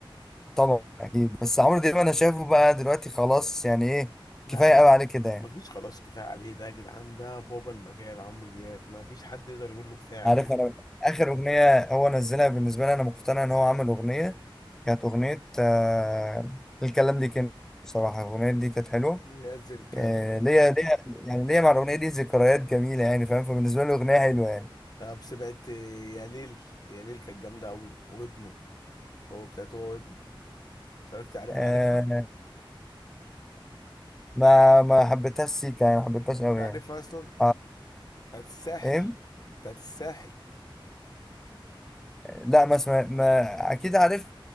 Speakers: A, in the centre; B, on the left.
A: طبعا اكيد بس عمرو دياب انا شايفه بقى دلوقتي خلاص يعني ايه
B: لا
A: كفايه
B: لا
A: قوي عليه كده يعني
B: ما فيش خلاص كفايه عليه ده يا جدعان ده بابا المجال عمرو دياب ما فيش حد يقدر يقول له كفايه عليك
A: عارف انا اخر اغنيه هو نزلها بالنسبه لي انا مقتنع ان هو عمل اغنيه كانت اغنيه آه الكلام دي كان بصراحه الاغنيه دي كانت حلوه
B: نزل الكلام
A: آه
B: ده
A: ليا
B: انت
A: ليا يعني ليا مع الاغنيه دي ذكريات جميله يعني فاهم فبالنسبه لي اغنيه حلوه يعني
B: طب سمعت يا ليل يا ليل كانت جامده قوي وابنه هو بتاعته هو وابنه اتفرجت عليه
A: آه
B: عارفها
A: ما ما حبيتهاش سيكا يعني ما حبيتهاش قوي
B: انت عارفها
A: يعني
B: اصلا
A: آه
B: بتاعت الساحل
A: ايه
B: بتاعت الساحل
A: لا ما اسمع ما اكيد عارفها